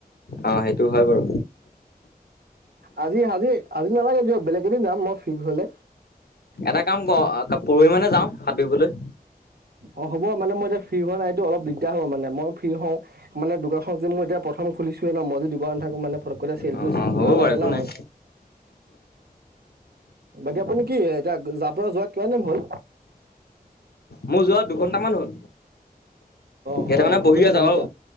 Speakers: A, on the left (about 80°); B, on the right (about 80°).
A: অ', সেইটো হয় বাৰু।
B: আজি হাজি আজি নালাগে দিয়ক, বেলেগ এদিন যাম মই ফ্ৰী হ'লে।
A: এটা কাম কৰ অ', পৰহি মানে যাওঁ সাঁতুৰিবলৈ।
B: অ', হ'ব মানে মই এতিয়া ফ্ৰী হোৱা নাইটো অলপ দিগদাৰ হ'ব মানে মই ফ্ৰী হওঁ। মানে দোকাৰখন যে মই এতিয়া প্ৰথম খুলিছোহে ন' মই যদি দোকানত নাথাকোঁ মানে <unintelligible> চেলটো
A: অ অ হ'ব
B: নাজাব
A: বাৰু একো
B: না
A: নাই
B: মোৰ। বাকী আপুনি কি এতিয়া যাব যোৱা কিমান দিন হ'ল?
A: মোৰ যোৱা দুঘন্টামান হ'ল
B: অ
A: ইয়াতে
B: অ
A: মানে বহি
B: আপুনি
A: আছোঁ
B: বহুত
A: আৰু